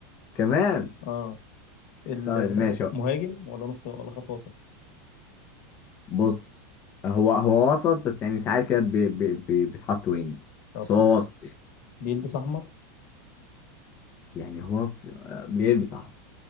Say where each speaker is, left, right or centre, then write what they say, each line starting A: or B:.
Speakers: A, on the left; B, on the left.
A: كمان
B: اه المهاجم
A: طيب ماشي
B: ولا نص ولا خط وسط
A: بص هو هو وسط بس يعني ساعات كده بي- بي- بي- بيتحط وينج
B: طب
A: بس هو
B: تمام
A: وسط يعني
B: بيلبس احمر
A: يعني هو في... بيلبس احمر